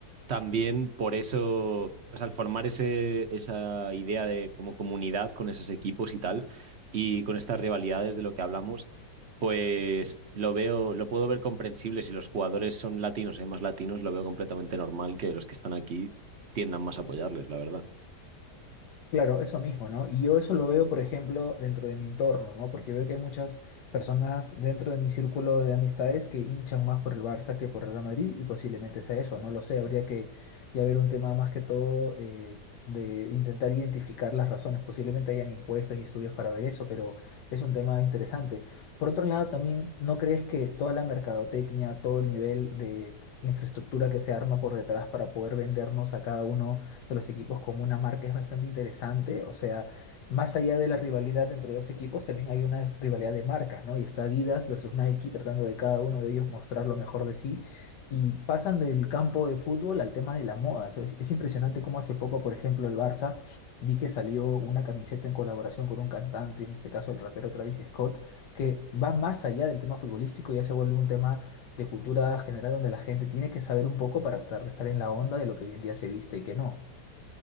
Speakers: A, on the right; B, on the left.
A: también por eso, o sea, al formar ese, esa idea de como comunidad con esos equipos y tal, y con estas rivalidades de lo que hablamos, pues lo veo, lo puedo ver comprensible. Si los jugadores son latinos, hay más latinos, lo veo completamente normal que los que están aquí tiendan más a apoyarles, la verdad.
B: Claro, eso mismo, ¿no? Y yo eso lo veo, por ejemplo, dentro de mi entorno, ¿no? Porque veo que hay muchas personas dentro de mi círculo de amistades que hinchan más por el Barça que por el Real Madrid y posiblemente sea eso, no lo sé, habría que ya ver un tema más que todo eh, de intentar identificar las razones. Posiblemente hayan encuestas y estudios para ver eso, pero es un tema interesante. Por otro lado, también, ¿no crees que toda la mercadotecnia, todo el nivel de infraestructura que se arma por detrás para poder vendernos a cada uno? de los equipos como una marca es bastante interesante. O sea, más allá de la rivalidad entre dos equipos, también hay una rivalidad de marcas, ¿no? Y está Adidas versus Nike tratando de cada uno de ellos mostrar lo mejor de sí. Y pasan del campo de fútbol al tema de la moda. O sea, es, es impresionante cómo hace poco, por ejemplo, el Barça, vi que salió una camiseta en colaboración con un cantante, en este caso el rapero Travis Scott, que va más allá del tema futbolístico, ya se vuelve un tema de cultura general donde la gente tiene que saber un poco para tratar de estar en la onda de lo que hoy en día se viste y que no.